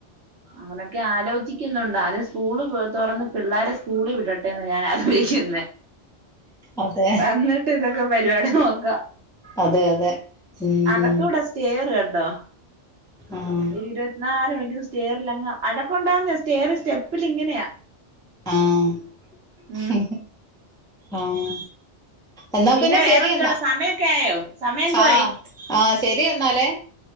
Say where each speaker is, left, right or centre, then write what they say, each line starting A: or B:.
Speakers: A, on the right; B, in the centre.
A: അങ്ങനെയൊക്കെ ആലോചി ചിക്കുന്നുണ്ട് ആദ്യം സ്കൂള് തൊറന്ന് പിള്ളാരെ സ്കൂളി വിടട്ടെ ന്ന ഞാനാലോചിക്കുന്നെ
B: അതെ
A: അന്ന്ട്ട് ഇതൊക്കെ പരിപാടി നോക്കാ
B: അതെ അതെ ഉം
A: അകത്തൂടെ
B: ഉം
A: സ്റ്റെയർ കണ്ടോ
B: ആഹ്
A: ഒരു ഇരുപത്തിനാല് മണിക്കുറും സ്റ്റേറിലങ് അഴക്കുണ്ടാവുന്ന സ്റ്റേർ സ്റ്റെപ്പിലിങ്ങനെയാ
B: ആഹ്
A: ഉം
B: ആഹ് എന്നാ
A: പിന്നെ വേറെന്തുവാടാ
B: ശരി എന്നാ
A: സമയൊക്കെ ആയോ സമയെന്തുവായി
B: ആഹ് ആഹ് ശെരി എന്നാലെ